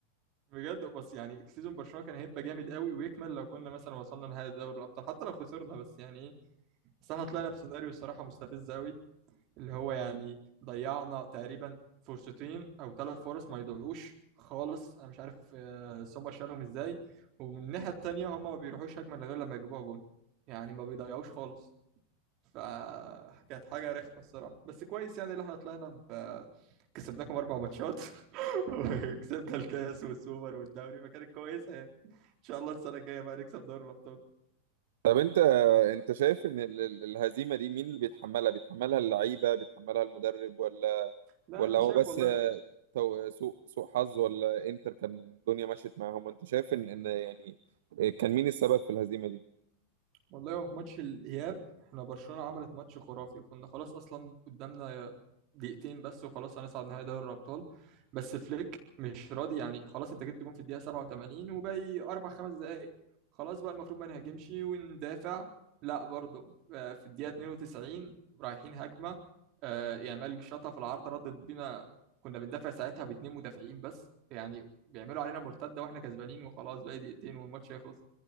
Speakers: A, on the right; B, on the right.
A: بجد بس يعني سيزون برشلونة كان هيبقى جامد قوي ويكمل لو كنا مثلا وصلنا نهائي دوري الأبطال حتى لو خسرنا بس يعني ايه بس احنا طلعنا بسيناريو الصراحة مستفز قوي اللي هو يعني ضيعنا تقريبا فرصتين او ثلاث فرص ما يضيعوش خالص انا مش عارف آه، سومر شالهم ازاي ومن الناحيه التانيه هما ما بيروحوش هجمه غير لما يجيبوها جون يعني ما بيضيعوش خالص فكانت حاجه رخمه الصراحه بس كويس يعني اللي احنا طلعنا ب... كسبناكم اربع ماتشات <laughs> وكسبنا الكاس والسوبر والدوري فكانت كويسه يعني ان شاء الله السنه الجايه بقى نكسب دوري الابطال
B: طب انت انت شايف ان ال- ال- الهزيمه دي مين اللي بيتحملها بيتحملها اللعيبه بيتحملها المدرب ولا
A: لا
B: ولا
A: انا
B: هو
A: شايف
B: بس
A: والله
B: تو- سوء سوء حظ ولا انتر كان الدنيا مشيت معاهم وانت شايف ان ان يعني إيه، كان مين السبب في الهزيمة دي؟
A: والله هو في ماتش الإياب احنا برشلونة عملت ماتش خرافي وكنا خلاص أصلا قدامنا دقيقتين بس وخلاص هنصعد نهائي دوري الأبطال بس فليك مش راضي يعني خلاص أنت جبت جون في الدقيقة 87 وباقي أربع خمس دقايق خلاص بقى المفروض ما نهاجمش وندافع لا برضه آه، في الدقيقة 92 رايحين هجمة آه، يامال شاطها في العارضة ردت بينا كنا بندافع ساعتها باتنين مدافعين بس يعني بيعملوا علينا مرتدة واحنا كسبانين وخلاص باقي دقيقتين والماتش يخلص